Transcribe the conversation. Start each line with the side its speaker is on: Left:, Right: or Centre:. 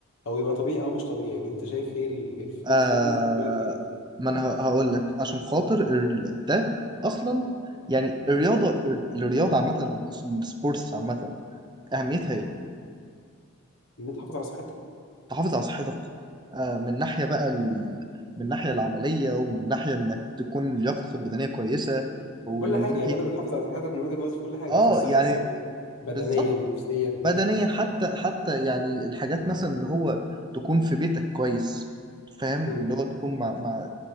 Left: أو يبقى طبيعي أو مش طبيعي يعني أنت شايف إيه ال... إيه الف...
Right: آه
Left: إيه الف... إيه الف... إيه الف-
Right: ما انا هقول لك عشان خاطر ال- ده اصلا يعني الرياضه الرياضه عامه السبورتس عامه اهميتها ايه
Left: إن تحافظ على صحتك
Right: تحافظ على صحتك آه من ناحيه بقى ال... من ناحيه العمليه ومن ناحيه انك تكون لياقتك البدنيه كويسه ومن
Left: كل حاجة
Right: ناحيه
Left: يعني الرياضة بتحافظ على صحتك من وججة نظرك في كل حاجة
Right: اه
Left: إذا صحيا
Right: يعني
Left: بدنيا
Right: بالظبط
Left: نفسيا
Right: بدنيا حتى حتى يعني الحاجات مثلا اللي هو تكون في بيتك كويس فاهم
Left: مم.
Right: اللي هو تكون مع مع